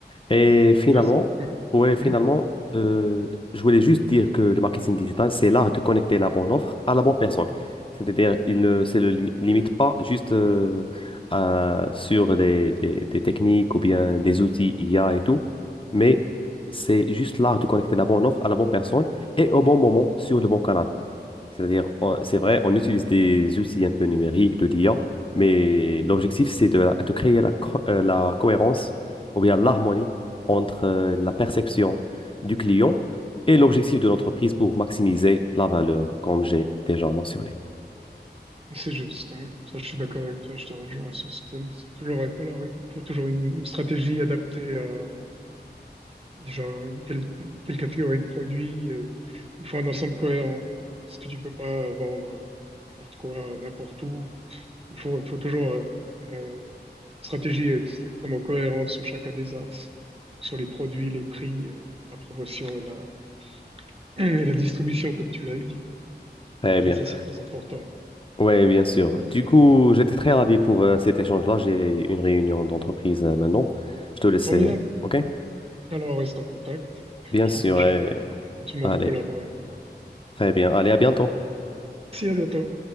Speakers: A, on the left (about 30°); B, on the right (about 35°).
A: Et finalement,
B: intéressant. Ouais.
A: ouais, finalement,
B: Mhm.
A: euh, je voulais juste dire que le marketing digital, c'est l'art de connecter la bonne offre à la bonne personne. C'est-à-dire, il ne se le limi- limite pas juste euh, à- sur des, des- des techniques ou bien des outils IA et tout, mais c'est juste l'art de connecter la bonne offre à la bonne personne et au bon moment sur le bon canal. C'est-à-dire, on- c'est vrai, on utilise des outils un peu numériques de l'IA, mais l'objectif, c'est de, de créer la, cro- euh, la cohérence ou bien l'harmonie entre euh, la perception du client et l'objectif de l'entreprise pour maximiser la valeur, comme j'ai déjà mentionné.
B: C'est juste, hein. Ça, je suis d'accord avec toi, je te rejoins sur ce thème. C'est toujours, alors, oui, il faut toujours une, une stratégie adaptée à déjà quelle, quelle catégorie de produits. euh, Il faut un ensemble cohérent, parce que tu peux pas vendre euh, n'importe quoi, euh, n'importe où. Il faut, il faut toujours euh, euh, une stratégie ex- extrêmement cohérente sur chacun des axes, Donc, sur les produits, les prix, euh, la promotion et la, <clears throat> et la distribution, comme tu l'as dit.
A: Très bien.
B: Et ça, c'est très important,
A: Oui, bien sûr.
B: très
A: Du
B: important.
A: coup, j'étais très ravi pour euh, cet échange-là. J'ai une réunion d'entreprise euh, maintenant. Je te laisse,
B: Formidable.
A: euh, OK?
B: Alors, reste en contact.
A: Bien
B: Je
A: sûr.
B: me réjouis
A: euh,
B: gentiment
A: allez.
B: de collaborer avec toi.
A: Très bien. Allez, à bientôt.
B: Merci, à bientôt.